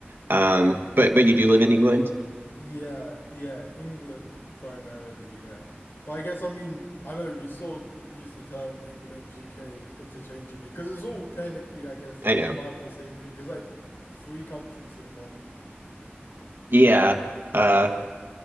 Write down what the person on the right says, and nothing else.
Um, but but you do live in England?
I know.
Yeah. Uh,